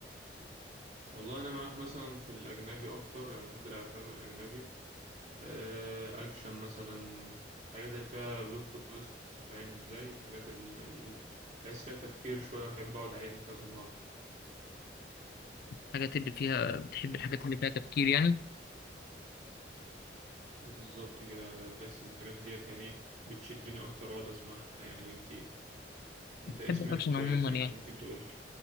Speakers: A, on the right; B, on the left.
A: والله انا معاك مثلا في الاجنبي اكتر يعني بحب الافلام الاجنبي آه، اكشن مثلا الحاجات اللي فيها بلوت تويست فاهم ازاي الحاجات اللي بحس فيها تفكير شوية احب اقعد اعيدها كذا مرة
B: الحاجات اللي فيها بتحب الحاجات اللي فيها تفكير يعني
A: بالظبط كده بحس إن الحاجات ديت يعني إيه، بتشدني اكتر واقعد اسمعها يعني كتير انت
B: بتحب
A: ايه سمعته
B: الاكشن
A: كويس
B: عموما
A: يعني
B: يعني
A: ممكن تقول لي